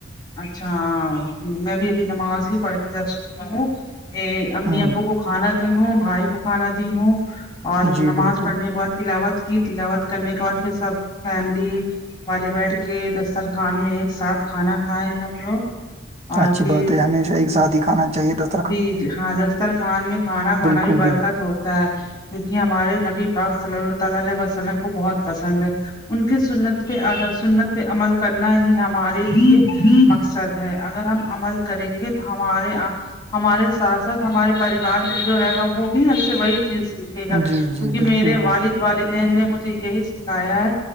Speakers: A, on the left (about 20°); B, on the right (about 30°).
A: اچھا میں بھی ابھی نماز ہی پڑھ کے جسٹ اٹھی ہوں ا امی
B: ہوں
A: ابو کو کھانا دی ہوں بھائی کو کھانا دی ہوں اور
B: جی
A: نماز
B: بالکل
A: پڑھنے کے بعد تلاوت کی تلاوت کرنے کے بعد پھر سب فیملی والے بیٹھ کے دسترخان میں ایک ساتھ کھانا کھائے ہم لوگ اور
B: اچھی
A: پھر
B: بات ہے ہمیشہ ایک
A: ہ
B: ساتھ ہی کھانا چاہے دس
A: جی جی ہاں دسترخوان میں کھانا کھانا
B: بالکل
A: بھی برکت
B: بالکل
A: ہوتی تا ہے کیونکہ ہمارے نبی پاک صلی اللہ تعالی علیہ وسلم کو بہت پسند ہے ان کے سنت پہ سنت پہ عمل کرنا ہی ہمارے لیے مقصد ہے اگر ہم عمل کریں گے تو ہمارے ہمارے ساتھ ساتھ ہمارے پریوار میں جو رہے گا وہ بھی ہم سے وہی چیز سیکھ گا
B: جی جی
A: کیونکہ
B: بالکل
A: میرے
B: بالکل
A: والد والدین نے مجھے یہی سکھایا ہے